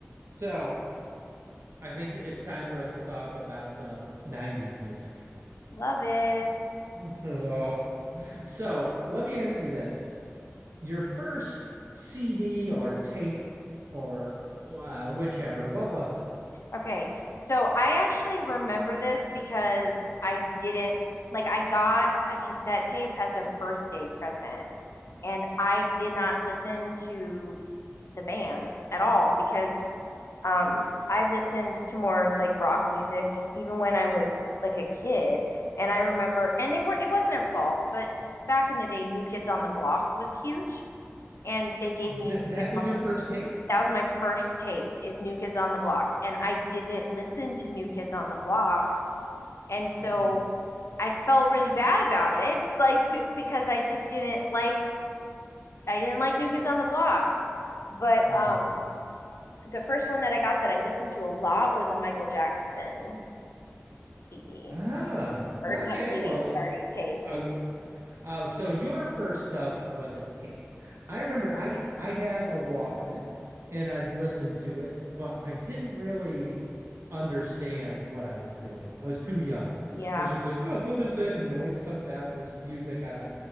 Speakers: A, on the right; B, on the left.
A: So I think it's time for us to talk about some 90s music.
B: Love it.
A: <laughs> Oh. So let me ask you this. Your first CD or tape or uh, whichever, what was it?
B: Okay. So I actually remember this because I didn't like I got a cassette tape as a birthday present and I did not listen to the band at all because um I listened to more like rock music even when I was like a kid and I remember and they were it wasn't their fault but back in the day New Kids on the Block was huge and they gave me
A: Th
B: a New
A: that
B: Kids
A: was
B: on
A: your
B: the
A: first tape?
B: that was my first tape is New Kids on the Block. And I didn't listen to New Kids on the Block. And so
A: Mm-mm.
B: I felt really bad about it, like b- because I just didn't like I didn't like New Kids on the Block. But
A: Mm.
B: um the first one that I got that I listened to a lot was a Michael Jackson CD
A: Ah,
B: or
A: okay.
B: not CD,
A: Well,
B: sorry, tape.
A: uh, Uh, so your first stuff was a tape. I remember I I had a Walkman and I'd listen to it, but I didn't really understand what I was doing. I was too young.
B: Yeah,
A: I was just like, oh, put this in, and noise comes out, and there's some music on a